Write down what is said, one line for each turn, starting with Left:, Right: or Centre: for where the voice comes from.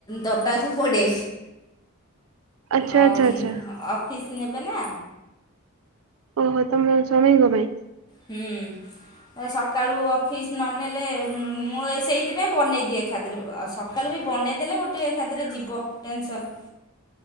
Left: ଦବାକୁ ପଡ଼େ।
Right: ଆଚ୍ଛା
Left: ଆଉ
Right: ଆଚ୍ଛା ଆଚ୍ଛା
Left: ଉଁ ଅଫିସ୍ ନେବେ ନା।
Right: ଓହୋ ତମ ସ୍ୱାମୀଙ୍କ ପାଇଁ।
Left: ହୁଁ ଏ ସକାଳୁ ଅଫିସ୍ ନନେଲେ ମୁଁ ସେଇଥିପାଇଁ ବନେଇ ଦିଏ ଏକାଥରେ ଆଉ ସ କାଳୁ ବି ବନେଇ ଦେଲେ ଗୋଟେ ଏକାଥରେ ଯିବ ଟେନସନ୍।